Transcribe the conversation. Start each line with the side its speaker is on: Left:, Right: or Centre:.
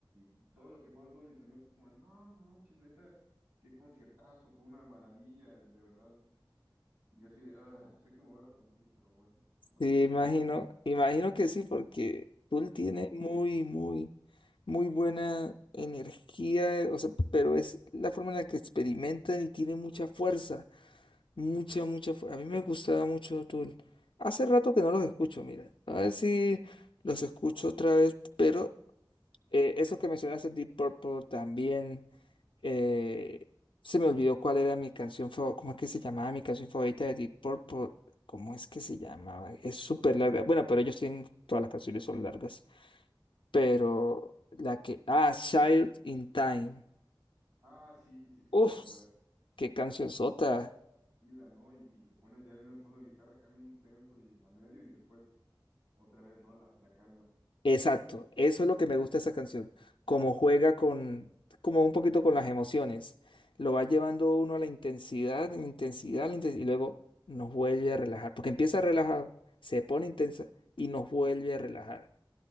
Right: y todos los que fueron, todos mis amigos, fue como, no manches, neta, qué conciertazo, fue una maravilla, de verdad, y yo así de, ah, sé que me voy a arrepentir, pero bueno, los
Left: Sí,
Right: seguiré
Left: imagino,
Right: escuchando.
Left: imagino que sí, porque Tool tiene muy, muy, muy buena energía, o sea, pero es la forma en la que experimentan y tiene mucha fuerza. Mucha, mucha. fu- A mí me gustaba mucho Tool. Hace rato que no los escucho, mira. A ver si los escucho otra vez, pero eh, esos que mencionaste, Deep Purple, también eh, se me olvidó cuál era mi canción favorita, cómo es que se llamaba mi canción favorita de Deep Purple. ¿Cómo es que se llamaba? Es súper larga. Bueno, pero ellos tienen, todas las canciones son largas. Pero la que, ah, Child in Time.
Right: Ah, sí, sí, sí,
Left: Uf,
Right: la, la
Left: qué canción sota.
Right: y la, ¿no? Y, y se pone ya en un solo de guitarra acá bien intenso y a medio y después otra vez, ¿no? La, la calma.
Left: Exacto, eso es lo que me gusta de esa canción, como juega con, como un poquito con las emociones, lo va llevando uno a la intensidad, la intensidad, la intensidad, y luego nos vuelve a relajar, porque empieza relajado, se pone intensa y nos vuelve a relajar.